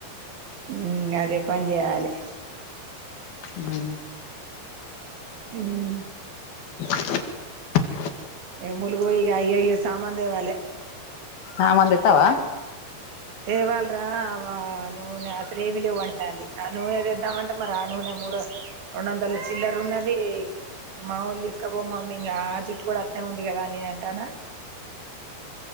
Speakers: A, on the right; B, on the left.
A: మ్మ్ అదే పని జెయాలి
B: మ్మ్
A: మ్మ్
B: <inaudible>
A: ఏ ములుగు బొయిగ అయయ్యే సామాన్ దేవాలేె
B: సామాన్ దెత్తావా
A: తేవాల్రా ఆ నూనె అసలు ఏవీ లెవ్వంటాంది, ఆ నూనె దెద్దామంటే మరి ఆ నూనె మూడు రొండొందలు చిల్లరున్నది మాములు తీసుకపో మమ్మీ ఇంగ ఆ జుట్టు కూడా అట్నే ఉంది గదా అని నేనంటాన్నా.